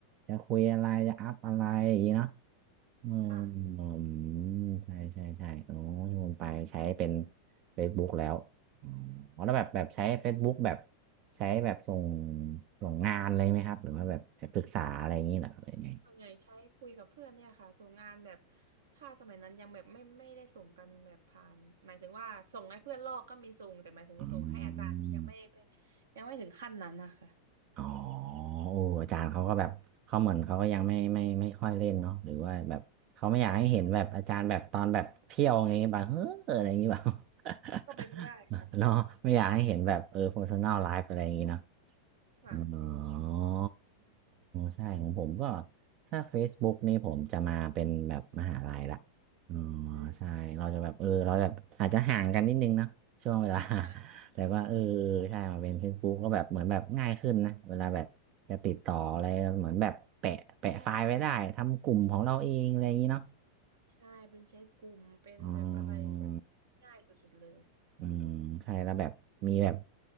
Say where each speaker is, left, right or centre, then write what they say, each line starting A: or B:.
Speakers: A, on the right; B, on the right.
A: จะคุยอะไรจะอัพอะไรอย่างนี้เนาะอืมอืม
B: ค่ะ
A: ใช่ใช่ใช่โอ้ที่ผมไปใช้เป็น Facebook แล้วอ๋อแล้วแบบแบบใช้ Facebook แบบใช้แบบส่งส่งงานเลยไหมครับหรือว่าแบบไปปรึกษาอะไรอย่างนี้เหรอหรือยังไง
B: ส่วนใหญ่ใช้คุยกับเพื่อนเนี่ยค่ะส่งงานแบบถ้าสมัยนั้นยังแบบไม่ไม่ได้ส่งกันแบบผ่านหมายถึงว่าส่งให้เพื่อนลอกก็มีส่งแต่หมายถึงส่งให้อาจารย์นี่ยังไม่ไป
A: อืม
B: ยังไม่ถึงขั้นนั้นนะคะ
A: อ๋อโอ้อาจารย์เขาก็แบบเขาเหมือนเขาก็ยังไม่ไม่ไม่ค่อยเล่นเนาะหรือว่าแบบเขาไม่อยากให้เห็นแบบอาจารย์แบบตอนแบบเที่ยวไงแบบเฮ้ออะไรอย่างงี้แบบ
B: ใช่ค่ะก็เป็นไปได้ค่ะ
A: <laughs> เนาะไม่อยากให้เห็นแบบเออ personal life อะไรอย่างงี้เนาะ
B: ค่ะ
A: อ๋ออ๋ออ๋อใช่ของผมก็ถ้า Facebook นี่ผมจะมาเป็นแบบมหาลัยละอ๋อ
B: อืม
A: ใช่เราจะแบบเออเราแบบอาจจะห่างกันนิดนึงเนอะช่วงเวลา
B: ค่ะ
A: <laughs> แต่ว่าเออใช่มาเป็น Facebook ก็แบบเหมือนแบบง่ายขึ้นนะเวลาแบบจะติดต่ออะไรเหมือนแบบแปะแปะไฟล์ไว้ได้ทำกลุ่มของเราเองอะไรอย่างนี้เนาะ
B: ใช่ ใช่เป็นแชทกลุ่มเป็นแบบอะไรแบบ
A: อ๋อ
B: ง่ายสุดๆเลย
A: อืมใช่แล้วแบบมีแบบ